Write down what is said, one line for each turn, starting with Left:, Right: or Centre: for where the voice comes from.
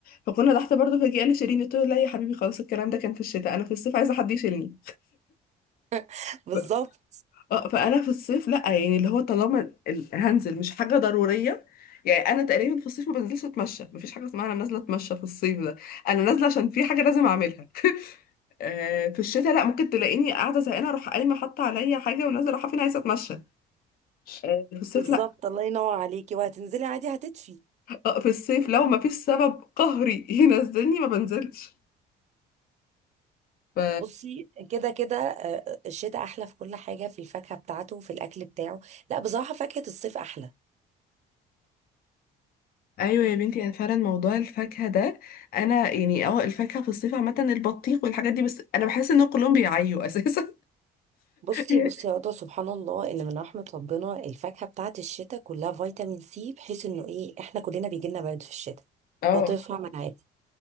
Left: فكنا تحت برضه فجأة قال لي شيليني قلت له لا يا حبيبي خلاص الكلام ده كان في الشتاء انا في الصيف عايزه حد يشيلني
Right: <laughs> بالظبط
Left: ف- اه فانا في الصيف لا يعني اللي هو طالما ال- هنزل مش حاجه ضروريه يعني انا تقريبا في الصيف ما بنزلش اتمشى مفيش حاجه اسمها انا نازله اتمشى في الصيف ده انا نازله عشان في حاجه لازم اعملها آه، في الشتاء لا ممكن تلاقيني قاعده زهقانه اروح قايمه حاطه عليا حاجه ونازله رايحه فين عايزه اتمشى آه، في الصيف
Right: بالظبط
Left: لا
Right: الله ينور عليكي وهتنزلي عادي هتدفي
Left: آه، في الصيف لو ما فيش سبب قهري <laughs> ينزلني ما بنزلش ف
Right: بصي كده كده آه، الشتاء احلى في كل حاجه في الفاكهه بتاعته وفي الاكل بتاعه لا بصراحه فاكهه الصيف احلى
Left: ايوه يا بنتي انا فعلا موضوع الفاكهه ده انا يعني اه الفاكهه في الصيف عامه البطيخ والحاجات دي بس انا بحس ان كلهم بيعيوا اساسا
Right: بصي
Left: <laughs>
Right: بصي يا هدى سبحان الله ان من رحمة ربنا الفاكهة بتاعت الشتاء كلها فيتامين سي بحيث انه ايه احنا كلنا بيجيلنا برد في الشتاء
Left: اه
Right: فطرفها مناعات